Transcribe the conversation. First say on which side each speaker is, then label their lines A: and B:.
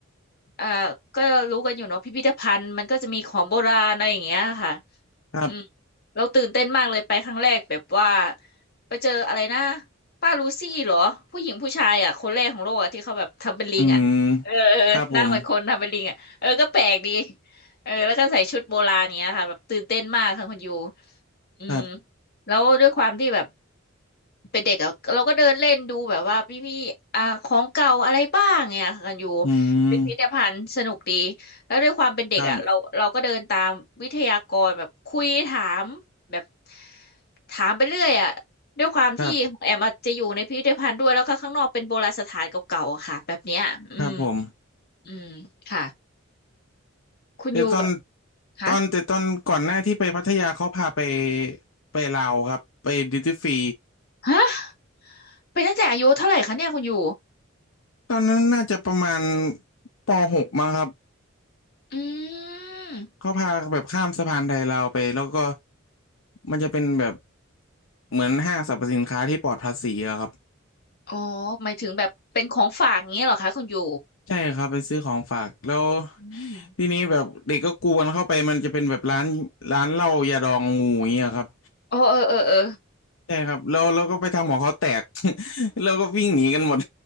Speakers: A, on the left; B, on the left.
A: เอ่อก็รู้กันอยู่เนาะพิพิธภัณฑ์มันก็จะมีของโบราณอะไรอย่างเงี้ยค่ะ
B: ครับ
A: อืมเราตื่นเต้นมากเลยไปครั้งแรกแบบว่าไปเจออะไรนะป้าลูซี่เหรอผู้หญิงผู้ชายอ่ะคนแรกของโลกอ่ะที่เขาแบบทำเป็นลิงอ่ะเออเออหน้าเหมือนคนทำเป็นลิงอ่ะเออก็แปลกดี
B: อืมครับผม
A: เออแล้วก็ใส่ชุดโบราณเนี้ยค่ะแบบตื่นเต้นมากค่ะคุณยูอืม
B: ครับ
A: แล้วด้วยความที่แบบเป็นเด็กอะเราก็เดินเล่นดูแบบว่าพี่พี่อ่าของเก่าอะไรบ้างเนี่ยค่ะกันอยู่
B: อืม
A: เป็นพิพิธภัณฑ์สนุกดี แล้วด้วยความเป็นเด็กอ่ะเราเราก็เดินตามวิทยากรแบบคุยถามแบบ
B: ครับ
A: ถามไปเรื่อยอ่ะด้วยความที่ของแอมอาจจะอยู่ในพิพิธภัณฑ์ด้วยแล้วก็ข้างนอกเป็นโบราณสถานเก่าๆอะค่ะแบบเนี้ยอืม
B: ครับครับผม
A: อืมค่ะคุณยูแบบ
B: แต่ตอน
A: คะ
B: ตอนแต่ตอนก่อนหน้าที่ไปพัทยาเขาพาไปไปลาวครับไปดิวตี้ฟรี
A: ฮะไปตั้งแต่อายุเท่าไหร่คะเนี่ยคุณยู
B: ตอนนั้นน่าจะประมาณป .6 มั้งครับ
A: อืม
B: เขาพาแบบข้ามสะพานไทยลาวไปแล้วก็มันจะเป็นแบบเหมือนห้างสรรพสินค้าที่ปลอดภาษีอะครับ
A: อ๋อหมายถึงแบบเป็นของฝากอย่างเงี้ยเหรอคะคุณยู
B: ใช่ครับไปซื้อของฝากแล้ว
A: อืม
B: ทีนี้แบบเด็กก็กวนเข้าไปมันจะเป็นแบบร้านร้านเหล้ายาดองงูอย่างเงี้ยครับ
A: โอ้เออเออเออ
B: ใช่ครับแล้วแล้วก็ไปทำของเขาแตก <laughs> แล้วก็วิ่งหนีกันหมด